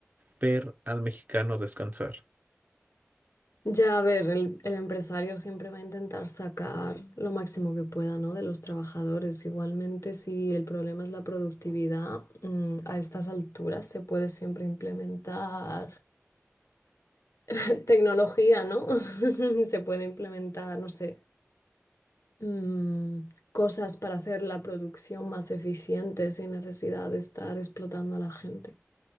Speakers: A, on the right; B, on the left.
A: ver al mexicano descansar.
B: Ya, a ver, el, el empresario siempre va a intentar sacar lo máximo que pueda, ¿no? De los trabajadores. Igualmente, si el problema es la productividad, mm, a estas alturas se puede siempre implementar <laughs> tecnología, ¿no? <laughs> Se puede implementar, no sé. mm, cosas para hacer la producción más eficiente sin necesidad de estar explotando a la gente.